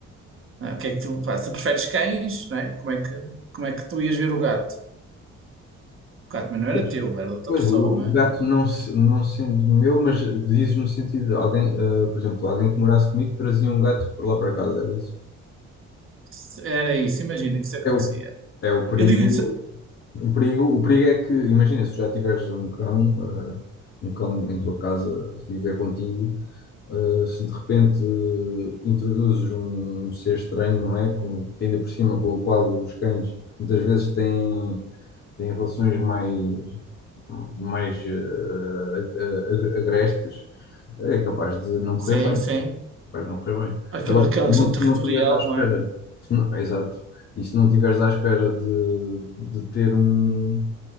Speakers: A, on the right; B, on the left.
A: ah, O que é que tu, pá, se preferes cães, não é? Como é que, como é que tu ias ver o gato? Claro, mas não era
B: Pois,
A: teu, era de outra
B: pois,
A: pessoa,
B: o o
A: não é?
B: gato não, se- não sendo meu, mas dizes no sentido de alguém, ah, por exemplo, alguém que morasse comigo trazia um gato para lá para casa, era isso.
A: Se- Era isso, imagina que isso acontecia.
B: É o, é o perigo,
A: Eu digo isso,
B: O perigo, o perigo é que, imagina, se tu já tiveres um cão, eh, um cão em tua casa viver contigo, eh, se de repente eh, introduzes um ser estranho, não é? Com, que ainda por cima com o qual os cães muitas vezes têm, têm relações mais, mais eh, a- a- a- agrestes, é capaz de não
A: sim,
B: correr bem,
A: sim,
B: capaz de não correr bem.
A: aquela,
B: Agora,
A: aquela
B: se
A: questão
B: não, se
A: territorial,
B: não estiveres à espera,
A: não é?
B: se não- exato, e se não estiveres à espera de, de ter um